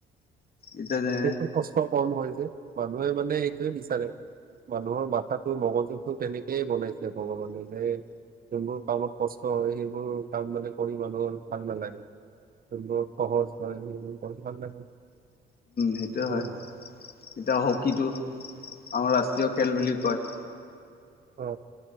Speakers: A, on the left; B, on the right.
A: এতিয়া যে
B: সেইটো কষ্ট কম হয় যে মানুহে মানে এইটোৱে বিচাৰে মানুহৰ মাথাটো মগজুতটো তেনেকেই বনাইছে ভগৱানে সে যোনবোৰ কামত কষ্ট হয় সেইবোৰ কাম মানে কৰি মানুহৰ ভাল নালাগে যোনবোৰ সহজ হয় সেইবোৰ কৰি ভাল লাগে
A: সেইটোয়ে হয়
B: নে নহয়
A: এতিয়া হকীটো আমাৰ ৰাষ্ট্ৰীয় খেল বুলি কয়
B: অ